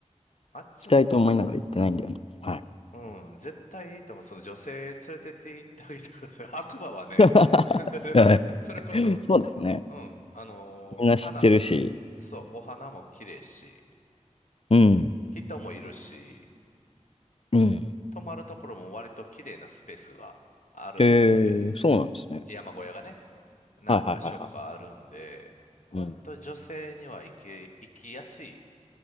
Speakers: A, on the left (about 85°); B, on the left (about 50°).
A: あっちの方、
B: きたいと思いながら行ってないんだよな。はい。
A: うん、絶対いいと思う。その女性連れてって行ってあげてください。<laughs> 白馬はね、
B: <laughs>
A: <laughs>
B: はい
A: それこそ、
B: そうですね。
A: うん、あのー花、
B: みんな知ってるし。
A: そう、お花も綺麗し、
B: うん。
A: 人もいるし、
B: うん。
A: 泊まるところも割と綺麗なスペースがあるんで、
B: えー、そうなんですね。
A: 山小屋がね。何か所かあるんで、
B: はいはいはいは
A: 割と女性には行き、
B: い。うん。
A: 行きやすい